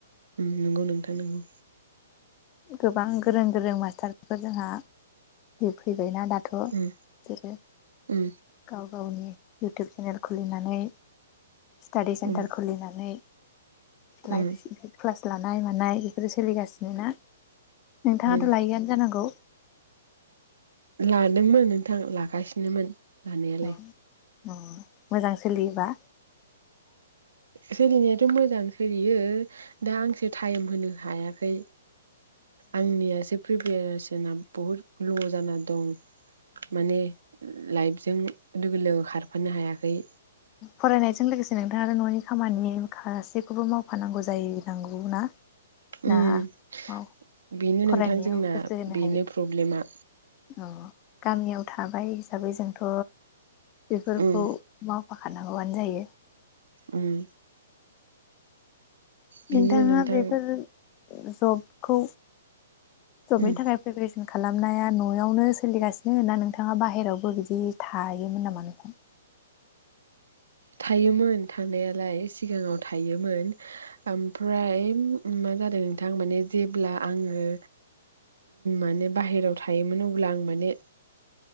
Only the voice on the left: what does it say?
गोबां गोरों गोरों मास्टारफोर जोंहा फैबायना दा गथ'
<unintelligible>
गाव गावनि इउटुब चेनेल खुलिनानै स्टाडि सेन्टार
खुलिनानै
लाइभ क्लास लानाय मानाय बेफोरो सोलिगासिनो ना नोंथाङाथ'
लायैआनो जानांगौ
अ अ मोजां सोलियोबा?
फरायनायजों लोगोसे नोंथाङानो न'नि खामानि गासैखौबो मावफानांगौ जायो नांगौ ना? ना
औ
फरायनायाव
गोसो होनो
हायो
औ गामियाव थाबाय हिसाबै जोंथ' बेफोरखौ
मा खानांगौआनो जायो।
नोंथाङा
बेफोर जब खौ जबनि
थाखाय प्रिपारेसन खालामनाया न'आवनो सोलिगासिनोना नोंथाङा बाहेरायावबो बिदि थायोमोन नामा नोंथां